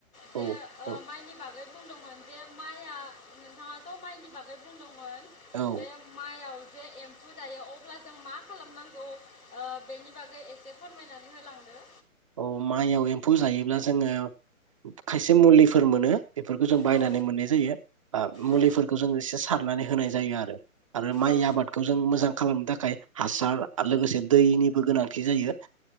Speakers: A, on the left; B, on the right.
A: बे
B: औ
A: ओ
B: औ
A: माइनि बाग नों बुंदोंमोन जे माइया नोंथाङाथ' माइनि बागै बुंदों मोन
B: औ
A: बे माइआव जे एम्फौ जायो अब्ला जों मा खालामनांगौ? ओ बेनि बागै एसे फोरमायना होलांदो
B: अ माइआव एम्फौ जायोब्ला जोङो खायसे मुलिफोर मोनो। बेफोरखौ जों बायनानै
A: औ
B: मोननाय जायो ओ
A: औ
B: मुलिफोरखौ जों एसे सारनानै होनाय जायो आरो। आरो माइ
A: औ
B: आबादखौ जों मोजां खालामनो थाखाय हासार आरो लोगोसे दैनिबो गोनांथि जायो।